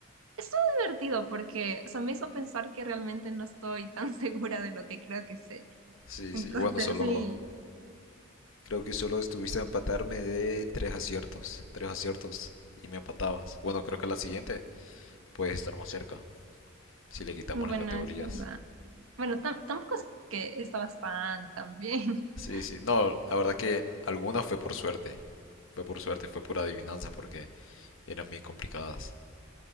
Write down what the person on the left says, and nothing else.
Sí,
sí, bueno, solo,
creo que solo estuviste a empatarme de tres aciertos, tres aciertos y me empatabas. Bueno, creo que la siguiente puedes estar más cerca si le quitamos
las categorías.
Sí,
sí, no, la verdad que alguna fue por suerte, fue por suerte, fue pura adivinanza porque eran bien complicadas.